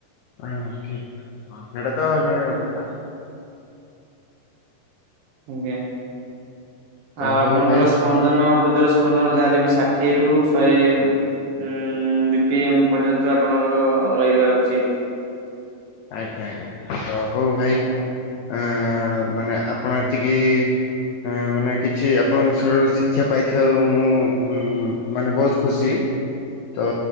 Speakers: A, on the left; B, on the right.
A: ହଁ ଠିକ <unintelligible> ସେଇଟା ତ ଜାଣିବା କଥା।
B: ଆଜ୍ଞା
A: ତ
B: ଆଉ ଆପଣଙ୍କର
A: ହଉ ଭାଇ
B: ସ୍ପ ସ୍ପନ୍ଦନ ହୃଦୟର ସ୍ପନ୍ଦନ ଯାହା ହେଲେ ବି ଷାଠିଏରୁ ଶହେ ଉଁ ବି ପି ଏମ୍ ପର୍ଯ୍ୟନ୍ତ ଆପଣଙ୍କର ରହିବା ଉଚିତ।
A: ଆଜ୍ଞା ଆଜ୍ଞା ତ ହଉ ଭାଇ
B: ଆଜ୍ଞା
A: ଅ ମାନେ ଆପଣ ଏତିକି ଅ ମାନେ କିଛି ଆପଣଙ୍କ ଠାରୁ ଶିକ୍ଷା ପାଇଥିବାରୁ ମୁଁ ଉଁ ମାନେ ବହୁତ ଖୁସି ତ